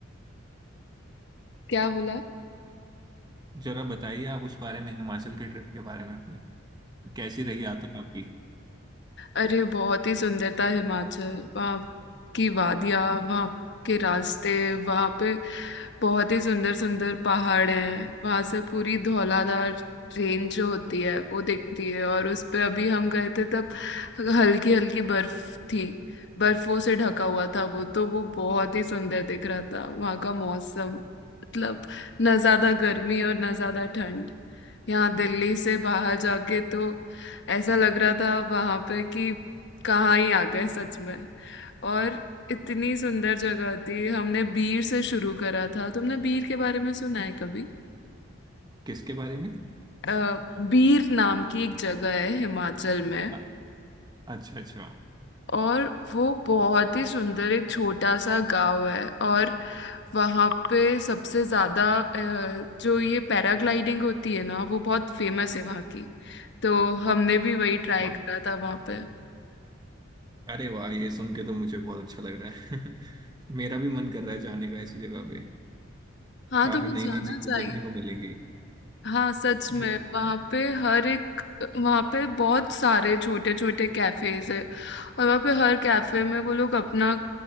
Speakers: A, on the left (about 55°); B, on the right (about 20°).
A: क्या बोला
B: जरा बताइए आप उस बारे में हिमाचल के ट्रिप के बारे में अपनी कैसी रही यात्रा आपकी
A: अरे बहुत ही सुंदर था हिमाचल वहाँ की वादियाँ वहाँ के रास्ते वहाँ पे बहुत ही सुंदर सुंदर पहाड़ हैं वहाँ से पूरी धौलाधार रेंज जो होती है वो दिखती है और उस पे अभी हम गए थे तब हल्की हल्की बर्फ थी बर्फों से ढका हुआ था वो तो वो बहुत ही सुंदर दिख रहा था वहाँ का मौसम मतलब ना ज्यादा गर्मी और ना ज्यादा ठंड यहाँ दिल्ली से बाहर जाके तो ऐसा लग रहा था वहां पे कि कहाँ ही आ गए सच में और इतनी सुंदर जगह थी हमने बीर से शुरू करा था तुमने बीर के बारे में सुना है कभी
B: किसके बारे में
A: अ, बीर नाम की एक जगह है हिमाचल में
B: अ- अच्छा अच्छा
A: और वो बहुत ही सुंदर एक छोटा सा गांव है और वहाँ पे सबसे ज्यादा अ, जो ये पैराग्लाइडिंग होती है ना वो बहुत फेमस है वहाँ की तो हमने भी वही
B: अच्छा
A: ट्राई करा था वहाँ पे
B: अरे वाह ये सुन के तो मुझे बहुत अच्छा लग रहा है <laughs> मेरा भी मन कर रहा है जाने का ऐसी जगह पे
A: हाँ
B: काफी
A: तुम्हें
B: नई
A: जाना
B: नई चीजें
A: चाहिए
B: देखने को मिलेंगी
A: हाँ सच में
B: बिल्कुल
A: वहाँ पे हर एक वहाँ पे बहुत सारे छोटे छोटे कैफेज है और वहाँ पे हर कैफे में वो लोग अपना